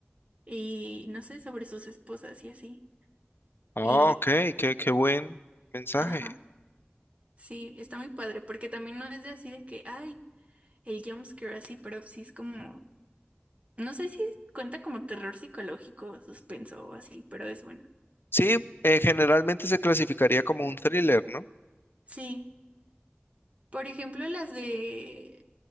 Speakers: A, on the right (about 35°); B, on the left (about 65°).
A: y no sé, sobre sus esposas y así.
B: Ah,
A: Y,
B: ok, qué, qué buen mensaje.
A: ajá, sí, está muy padre, porque también no es de así de que, ay, el jumpscare así, pero sí es como, no sé si cuenta como terror psicológico, suspenso o así, pero es bueno.
B: Sí, eh, generalmente se clasificaría como un thriller, ¿no?
A: Sí. Por ejemplo, las de